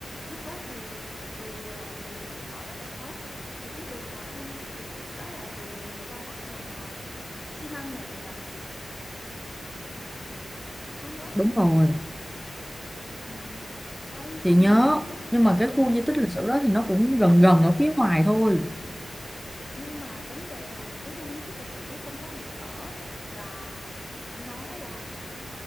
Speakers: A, on the left; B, in the centre.
A: lúc đó thì đường là đường đất đỏ rất là xấu thì cái đường vào khu di tích lịch sử đó là đường người ta lát bằng à, xi măng nhờ chị nhỉ chị có nhớ không
B: đúng rồi
A: ừ. cái
B: chị
A: xong
B: nhớ
A: lúc
B: nhưng mà cái
A: dạ
B: khu di tích lịch sử đó thì nó cũng gần gần ở phía ngoài thôi
A: nhưng mà vấn đề là cái khu di tích lịch sử đó không có người ở và nó là